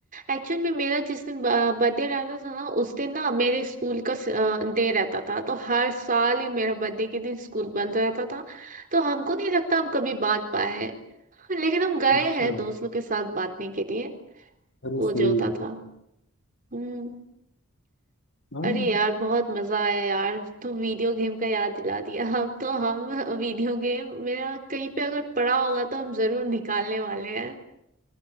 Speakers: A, on the right; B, on the left.
A: एक्चुअल में मेरा जिस दिन बर्थडे रहता था ना उस दिन ना मेरे स्कूल का डे रहता था तो हर साल ही मेरा बर्थडे के दिन स्कूल बंद रहता था तो हमको नहीं लगता हम कभी बांट पाए लेकिन हम गए
B: अच्छा
A: हैं दोस्तों के साथ बांटने के लिए
B: अरे
A: वो
B: सही
A: जो होता
B: है
A: था हम्म
B: हाँ
A: अरे यार बहुत मजा आया यार तुम वीडियो गेम का याद दिला दिया <laughs> अब तो हम वीडियो गेम मेरा कहीं पे अगर पड़ा होगा तो हम जरूर निकालने वाले हैं